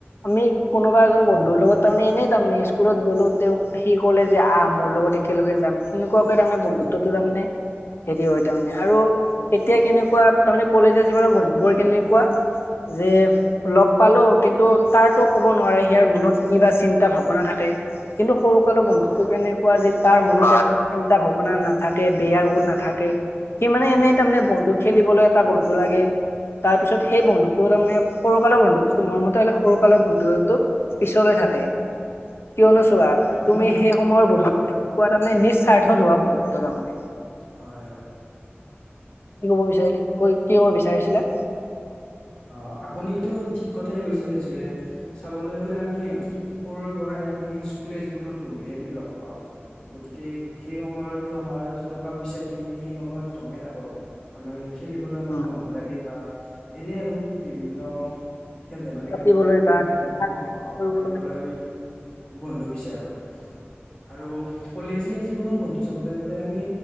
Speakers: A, on the left (about 65°); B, on the left (about 35°).
A: আমি কোনোবা এজন বন্ধুৰ লগত তাৰমানে এনেই তাৰমানে স্কুলত গ'লো, তেওঁ- সি ক'লে যে আহ মোৰ লগত একেলগে যাম, সেনেকুৱাকে তাৰমানে বন্ধুত্বটো তাৰমানে- হেৰি হয় তাৰমানে আৰু এতিয়া কেনেকুৱা
B: হয়
A: তাৰমানে কলেজীয়া জীৱনৰ বন্ধুবোৰ কেনেকুৱা- যে- লগ পালো কিন্তু তাৰ ত ক'ব নোৱাৰে, সিয়াৰ মনত কি বা চিন্তা -ভাৱনা থাকে। কিন্তু সৰু কালৰ বন্ধুতটো
B: হয়
A: কেনে- কোৱা তাৰ এক চিন্তা ভাৱনা নাথাকে, বেয়া গুণ নাথাকে, - সি মানে এনে তাৰমানে বন্ধু খেলিবলৈ এটা বন্ধু লাগে। তাৰপিছত সেই বন্ধুটো তাৰ মানে সৰুকালৰ বন্ধুটো, মোৰ মতে হলে সৰুকালৰ বন্ধুটো- পিছলৈ থাকে। কিয় নো চোৱা
B: হয় আপোন
A: তুমি সেই সময়ৰ বন্ধুত্ব কোৱা তাৰমানে নিস্বাৰ্থত হোৱা বন্ধুত্ব তাৰমানে।
B: হয়, হয়।
A: কি কব বিচাৰিলি, ক কি ক'ব বিচাৰিছিলা?
B: অঁ, আপুনিটো ঠিক কথাই কৈছে যে- চাবলৈ গলে আমি সৰুৰে পৰাই আমি স্কুলীয়া জীৱনৰ বন্ধুৱে আমি লগ পাওঁ। গতিকে সেই সময়তো আমাৰ টকা পইচা কি আমি সেই সময়ত গমেই নাপাওঁ। আমাক খেলিবলৈ আমাক
A: উম,
B: বন্ধু লাগে বা- এনেই আৰু বিভিন্ন খেল ধেমালি
A: পাতিবলৈ
B: কৰিবলৈ আমি,
A: বা
B: থাকিবলৈ
A: কৰিবলৈ
B: আমি- বন্ধু বিচাৰোঁ। আৰু কলেজীয়া জীৱনৰ বন্ধু চাবলৈ গলে আমি